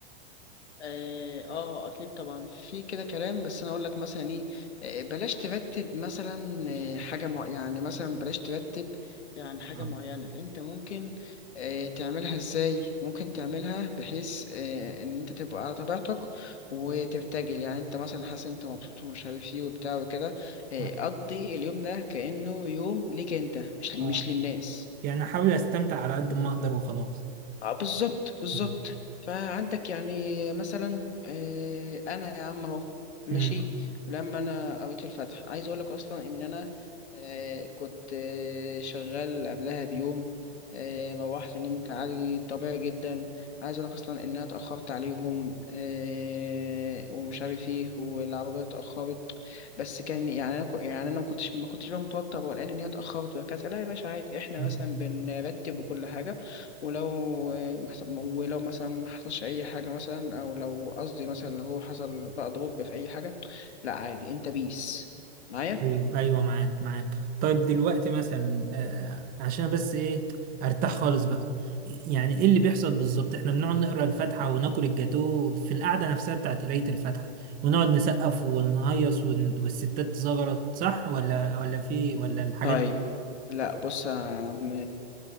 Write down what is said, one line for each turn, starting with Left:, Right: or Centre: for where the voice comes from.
Left: اه آه، اكيد طبعا في كده كلام بس انا اقول لك مثلا ايه آه، بلاش ترتب مثلا آه، حاجه مع يعني مثلا بلاش ترتب يعني حاجه
Right: اه
Left: معينه انت ممكن آه، تعملها ازاي ممكن تعملها بحيث آه، ان انت تبقى على طبيعتك وترتجل يعني انت مثلا حاسس انت مبسوط ومش عارف ايه وبتاع وكده آه،
Right: اه
Left: قضي اليوم ده كانه يوم ليك انت مش مش
Right: اه
Left: للناس
Right: يعني احاول استمتع على قد ما اقدر وخلاص
Left: اه بالظبط بالظبط
Right: مم.
Left: فعندك يعني مثلا آه، انا يا عم اهو ماشي
Right: امم
Left: لما انا قريت الفتح عايز اقول لك اصلا ان انا آه، كنت آه، شغال قبلها بيوم آه، روحت نمت عادي طبيعي جدا عايز اقول لك اصلا ان انا اتاخرت عليهم آه، ومش عارف ايه والعربيه اتاخرت بس كان يعني انا كو- يعني انا ما كنتش ما كنتش بقى متوتر ولا ان هي اتاخرت وهكذا لا يا باشا عادي احنا
Right: مم.
Left: مثلا بنرتب وكل حاجه ولو محس- ولو مثلا ما حصلش اي حاجه مثلا او لو قصدي مثلا لو هو حصل بقى ضرب في اي حاجه لا عادي انت بيس معايا
Right: ايوه ايوه معاك معاك طيب دلوقتي مثلا آه، عشان بس ايه ارتاح خالص بقى يعني ايه اللي بيحصل بالظبط احنا بنقعد نقرا الفاتحه وناكل الجاتو في القعده نفسها بتاعت قرايه الفاتحه ونقعد نسقف ونهيص ون... والستات تزغرط صح ولا ولا في ولا الحاجات
Left: طيب
Right: دي
Left: لا بص يا عم